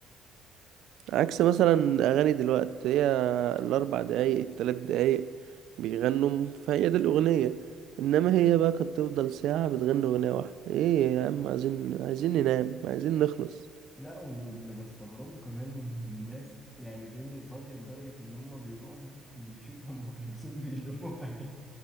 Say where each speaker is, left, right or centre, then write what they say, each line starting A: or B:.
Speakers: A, on the right; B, in the centre.
A: عكس مثلا أغاني دلوقتي هي الأربع دقايق التلات دقايق بيغنوا فهي دي الأغنية إنما هي بقى كانت تفضل ساعة بتغني أغنية واحدة إيه يا عم عايزين عايزين ننام عايزين نخلص
B: لا واللي بستغربه كمان من الناس يعني فهمني فاضية لدرجة ان هم بيروحوا بيشوفوا ام كلثوم بيلوموا عليه